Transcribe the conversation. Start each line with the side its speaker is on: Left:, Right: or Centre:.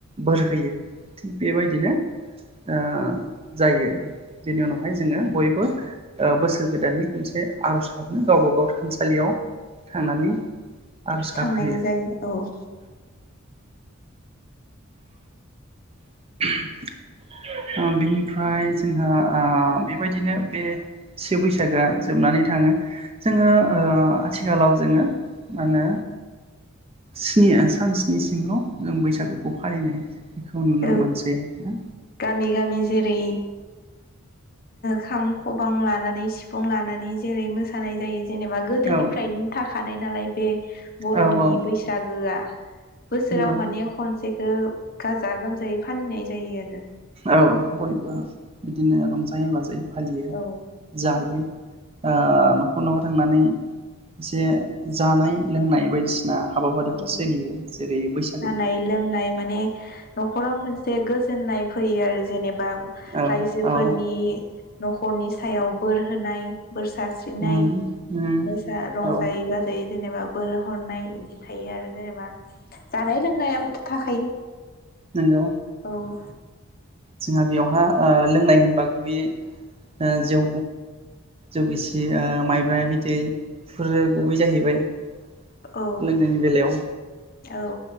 Right: बोर होयो थिग बेबायदिनो ओ जायो बेनि उनावहाय जोङो बयबो ओ बोसोर गोदाननि खनसे आर'ज गाबनो गावबा गाव थानसालियाव थांनानै आर'ज गाबहैयो
Left: थांनाय जायो औ
Right: <inaudible> ओ बिनिफ्राय जोंहा ओ बेबायदिनो बे से बैसागोआ जोबनानै थाङो जोङो ओ आथिखालाव जोङो मा होनो स्नि सान स्निसिमल' जों बैसागोखौ फालिनाय बेखौ नुनो
Left: औ
Right: मोनसै ना
Left: गामि गामि जेरै खाम खबां लानानै सिफुं लानानै जेरै मोसानाय जायो जेनेबा गोदोनिफ्रायनो
Right: औ
Left: था खानाय नालाय बे बर'नि
Right: औ औ
Left: बैसागोआ बोसोराव
Right: नंगौ
Left: माने खनसे ओ गाज जा गोमजायै फालिनाय जायो आरो
Right: औ बयबो बिदिनो रं जाङै बाजायै फालियो
Left: औ
Right: जायो ओ न'खर न'खर थांनानै एसे जानाय लोंनाय बायदिसि दा हाबाफारिफ्रा
Left: औ
Right: सोलियो जेरै बैसाग
Left: जानाय लोंनाय माने न'खराव मोनसे गोजोननाय फैयो आरो जेनेबा
Right: औ
Left: रायजोफोरनि
Right: औ
Left: न'खरनि सायाव बोर होनाय बोर सारस्रिनाय
Right: उम उम
Left: गोसा रंजायै
Right: औ
Left: बाजायै जेनेबा बोर हरनाय इदि थायो आरो जेनेबा जानाय लोंनायावथ' थाखायो
Right: नोंगौ
Left: औ।
Right: जोंहा बेयावहा ओ लोंनाय होनबा गुबैय जौ जौ गिसि माइब्रा बिदै बेफोरो गुबै जाहैबाय लोंनायनि
Left: औ
Right: बेलायाव
Left: औ